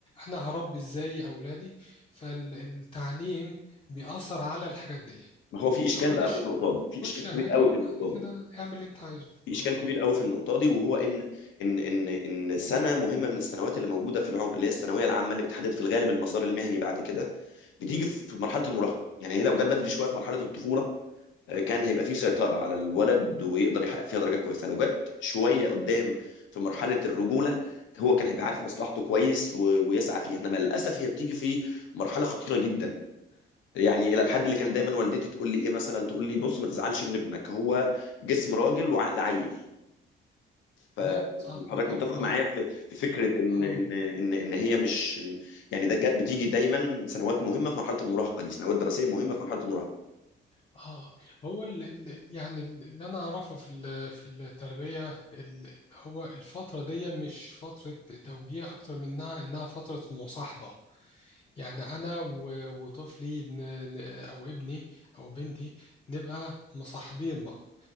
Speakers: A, on the left; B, on the left.
A: انا هربي ازاي اولادي فالتعليم بيأثر على الحاجات دي
B: ما هو في اشكال
A: فخد
B: بقى
A: الش...
B: في النقطة دي في
A: خد
B: اشكال
A: شهادة
B: كبير قوي
A: وبعد
B: في النقطة
A: كده
B: دي
A: اعمل اللي انت عايزه
B: في اشكال
A: اه
B: كبير قوي في النقطه دي وهو ان ان ان ان سنه مهمه من السنوات اللي موجوده في العمر اللي هي الثانويه العامه اللي بتحدد في الغالب المسار المهني بعد كده بتيجي في مرحله المراهقه يعني هي لو جت بدري شويه في مرحله الطفوله آه، كان هيبقى في سيطره على الولد ويقدر يحقق فيها درجات كويسه لو جت شويه قدام في مرحله الرجوله هو كان هيبقى عارف مصلحته كويس و- ويسعى فيها انما للاسف هي بتيجي في مرحله خطيره جدا يعني الى الحد اللي كان دايما والدتي تقول لي ايه مثلا تقول لي بص ما تزعلش من ابنك هو جسم راجل وعقل عيل فحضرتك
A: تمام صح متفق
B: متفق
A: معاك
B: معايا في في فكره ان
A: اه
B: ان ان ان هي مش يعني ده جا- بتيجي دايما سنوات مهمه في مرحله المراهقه دي سنوات دراسيه مهمه في مرحله المراهقه
A: اه هو ال... ال... يعني ال- اللي انا اعرفه في ال... في التربية ال... هو الفترة دي مش فترة توجيه اكتر منها انها فترة مصاحبة يعني انا و... وطفلي ن... ن- او ابني او بنتي نبقى مصاحبين بعض